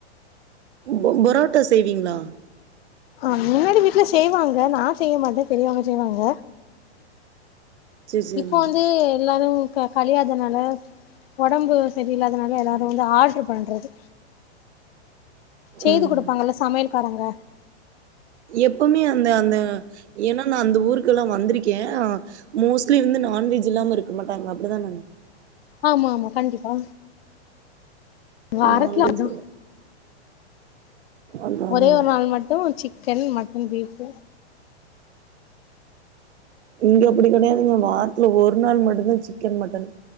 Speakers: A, on the right; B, on the left.
A: பு புரோட்டா செய்வீங்ளா
B: ஆ முன்னாடி வீட்ல செய்வாங்க நா செய்ய மாட்ட பெரியவங்க செய்வாங்க
A: சேரி சேரிங்க
B: இப்ப வந்து எல்லாரு க கழியாதனால ஒடம்பு சரியிலாதனால எல்லாரு வந்து ஆட்ரு பண்றது செய்து
A: ம்
B: குடுபாங்கல்ல சமயல்காரங்க
A: எப்பவுமே அந்த அந்த ஏன்னா நா அந்த ஊருக்கெலா வந்திருக்கே மோஸ்லி வந்து நான்வெஜ் இல்லாம இருக்க மாட்டாங்க அப்டிதன
B: ஆமா ஆமா கண்டிப்பா வாரத்துல
A: நான்வெஜ்
B: அதா
A: அதா
B: ஒரே
A: அதா
B: ஒரு நாள் மட்டு சிக்கன் மட்டன் பீஃப்
A: இங்க அப்டி கடையாதுங்க வாரதுல ஒரு நாள் மட்டுதா சிக் கன் மட்டன்